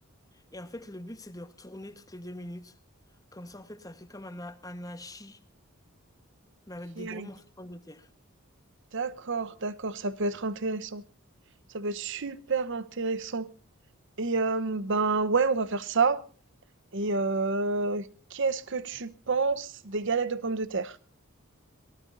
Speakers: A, on the left; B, on the right.
A: et en fait le but c'est de retourner toutes les deux minutes. Comme ça en fait ça fait comme un, ha- un hachis mais
B: Ok,
A: avec des gros morceaux de pommes de terre
B: D'accord, d'accord, ça peut être intéressant. Ça peut être super intéressant. Et euh, ben ouais, on va faire ça. Et euh, qu'est-ce que tu penses des galettes de pommes de terre?